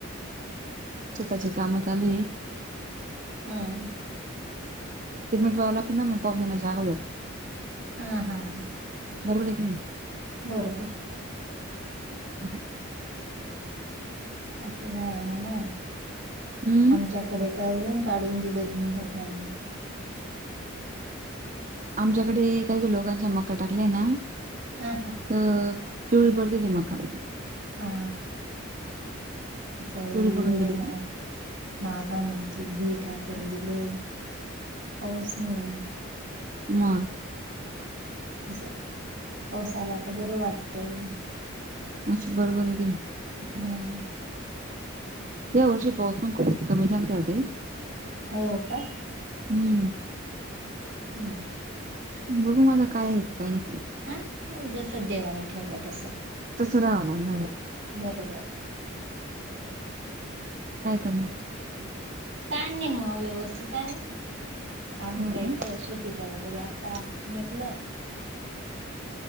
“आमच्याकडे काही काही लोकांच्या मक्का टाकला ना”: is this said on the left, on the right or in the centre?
Right